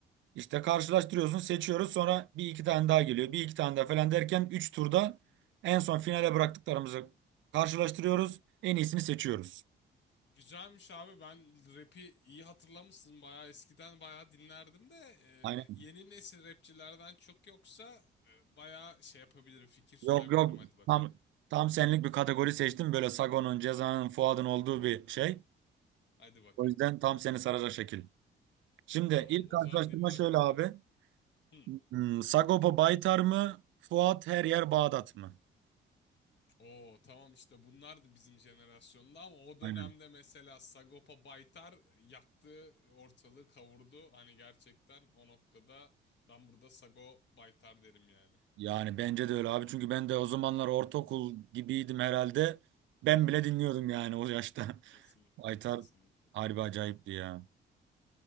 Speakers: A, on the right; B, on the left.
A: İşte karşılaştırıyorsun, seçiyoruz. Sonra bir iki tane daha geliyor. Bir iki tane daha falan derken 3 turda en son finale bıraktıklarımızı karşılaştırıyoruz. En iyisini seçiyoruz.
B: Güzelmiş abi ben rap'i iyi hatırlamışsın bayağı eskiden bayağı dinlerdim de e,
A: Aynen.
B: yeni nesil rapçilerden çok yoksa e, bayağı şey yapabilirim fikir sunabilirim
A: Yok yok.
B: hadi bakalım.
A: Tam tam senlik bir kategori seçtim. Böyle Sagon'un, Ceza'nın, Fuad'ın olduğu bir şey.
B: Hadi bakalım.
A: O yüzden tam seni saracak şekil. Şimdi
B: Tamam
A: ilk
B: o
A: karşılaştırma
B: zaman dinliyorum.
A: şöyle abi.
B: Hı.
A: Hmm, Sagopa Baytar mı? Fuat her yer Bağdat mı?
B: Oo tamam işte bunlardı bizim jenerasyonda ama o dönemde
A: Aynen.
B: mesela Sagopa Baytar yaktı ortalığı kavurdu. Hani gerçekten o noktada ben burada Sago Baytar derim yani.
A: Yani bence de öyle abi. Çünkü ben de o zamanlar ortaokul gibiydim herhalde. Ben bile
B: Hı hı.
A: dinliyordum yani o yaşta.
B: Kesinlikle,
A: <laughs> Aytar
B: kesinlikle.
A: harbi acayipti ya.